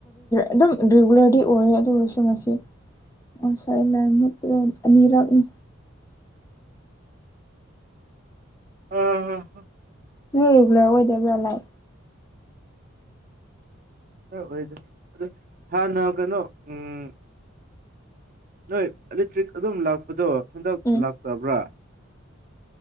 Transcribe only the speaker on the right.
ꯑꯥꯍꯥ
ꯍꯣꯢ ꯑꯣꯏꯗ ꯑꯗꯨ ꯍꯥꯅ ꯀꯩꯅꯣ ꯎꯝ ꯅꯣꯏ ꯑꯦꯂꯦꯛꯇ꯭ꯔꯤꯛ ꯑꯗꯨꯝ ꯂꯥꯛꯄꯗꯣ ꯍꯟꯗꯛ
ꯂꯥꯛꯇꯕ꯭ꯔꯥ